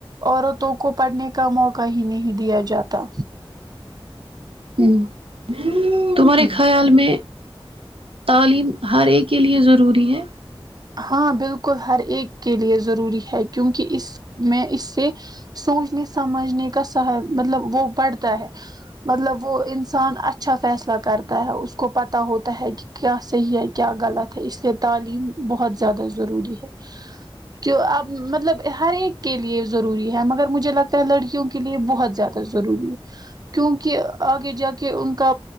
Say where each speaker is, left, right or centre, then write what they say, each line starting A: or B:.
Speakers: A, on the right; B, on the right.
A: عورتوں کو پڑھنے کا موقع ہی نہیں دیا جاتا
B: ہوں تمہارے خیال میں تعلیم ہر ایک کے لیے ضروری ہے
A: ہاں بالکل ہر ایک کے لیے ضروری ہے کیونکہ اس میں اس سے سوچنے سمجھنے کا سہ مطلب وہ بڑھتا ہے مطلب وہ انسان اچھا فیصلہ کرتا ہے اس کو پت ہوتا ہے کہ کیا صحیح ہے کیا غلط ہے اس لیے تعلیم بہت زیادہ ضروری ہے کی اب مطلب ہر ایک کے لے ضروری ہے مگر مجھے لگتا ہے لڑکیوں کے لیے بہت زیادہ ضروری ہے کیوںکہ آگے جا کے ان کا